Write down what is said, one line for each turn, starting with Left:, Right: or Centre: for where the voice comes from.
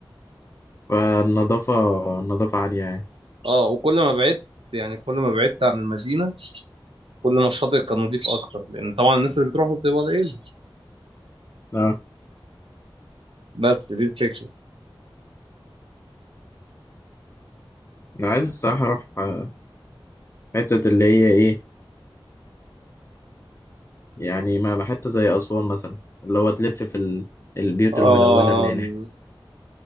Left: فالنظافة النظافة عالية يعني
Right: اه وكل ما بعدت يعني كل ما بعدت عن المدينه كل ما الشاطئ كان نظيف اكتر لان طبعا الناس اللي بتروحوا بتبقى قليله
Left: اه
Right: بس دي الفكره
Left: أنا عايز الصراحة أروح آه، حتة اللي هي إيه يعني ما ما حتة زي أسوان مثلا اللي هو تلف في ال... البيوت
Right: اه
Left: الملونة اللي هناك
Right: ال-